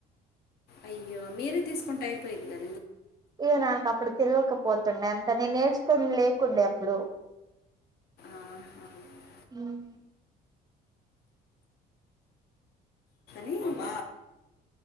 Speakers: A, on the left; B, on the right.
A: అయ్యో మీరే తీసుకుంటే అయిపోయిది గదా
B: ఇగ నా కప్పుడు తెల్వక పోతుండే అంత నే నేర్చుకుని లేకుండే అప్పుడు
A: ఆహా.
B: ఉం
A: మూ వ